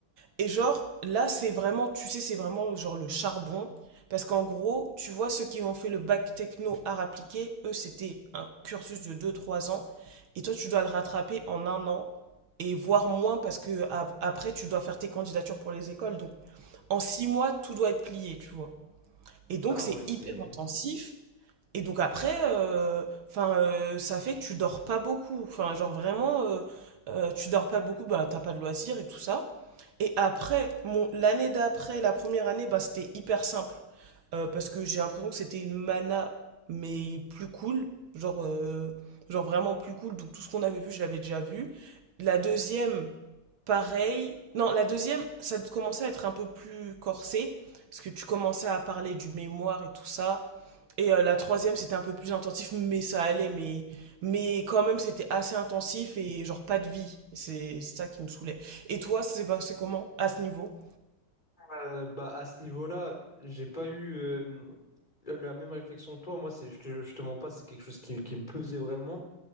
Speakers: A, on the right; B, on the left.
A: Et genre, là, c'est vraiment, tu sais, c'est vraiment genre le charbon. Parce qu'en gros, tu vois, ceux qui ont fait le bac techno art appliqué, eux, c'était un cursus de deux trois ans. Et toi, tu dois le rattraper en un an. Et voire moins, parce que a- après, tu dois faire tes candidatures pour les écoles. Donc, en six mois, tout doit être plié, tu vois. Et donc,
B: Ah
A: c'est
B: ouais, c'est...
A: hyper intensif. Et donc après, euh, enfin, euh, ça fait que tu dors pas beaucoup. Enfin, genre vraiment, euh, euh, tu dors pas beaucoup, bah, t'as pas de loisirs et tout ça. Et après, mon, l'année d'après, la première année, bah, c'était hyper simple. Euh, parce que j'ai l'impression que c'était une mana, mais plus cool. Genre, euh, genre vraiment plus cool. Donc tout ce qu'on avait vu, je l'avais déjà vu. La deuxième, pareil. Non, la deuxième, ça commençait à être un peu plus corsé. Parce que tu commençais à parler du mémoire et tout ça. Et euh, la troisième, c'était un peu plus intensif, mais ça allait, mais, mais quand même, c'était assez intensif et genre pas de vie. C'est c'est ça qui me saoulait. Et toi, c'est passé comment à ce niveau?
B: Euh, bah à ce niveau-là, j'ai pas eu euh, la même réflexion que toi. Moi, c'est, je te, je te mens pas, c'est quelque chose qui, qui me pesait vraiment.